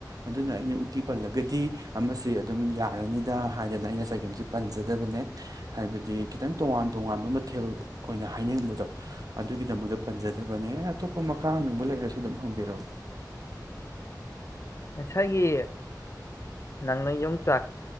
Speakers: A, on the right; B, on the left.
A: ꯑꯗꯨꯅ ꯑꯩꯅ ꯎꯇꯤ ꯄꯜꯂꯒꯗꯤ ꯑꯃꯁ ꯑꯗꯨꯝ ꯌꯥꯔꯅꯤꯗ ꯍꯥꯏꯗꯅ ꯑꯩꯅ ꯆꯒꯦꯝꯁꯦ ꯄꯟꯖꯗꯕꯅꯦ ꯍꯥꯏꯕꯗꯤ ꯈꯤꯇꯪ ꯇꯣꯉꯥꯟ ꯇꯣꯉꯥꯟꯕ ꯀꯊꯦꯜ ꯑꯣꯏꯅ ꯍꯥꯏꯅꯤꯡꯕꯗꯣ ꯑꯗꯨꯒꯤꯗꯃꯛꯇ ꯄꯟꯖꯗꯕꯅꯦ ꯑꯇꯣꯞꯄ ꯃꯈꯥ ꯍꯪꯅꯤꯡꯕ ꯂꯩꯔꯁꯨ ꯑꯗꯨꯝ ꯍꯪꯕꯤꯔꯛꯑꯣ
B: ꯉꯁꯥꯏꯒꯤ ꯅꯪꯅ ꯌꯣꯡꯆꯥꯛ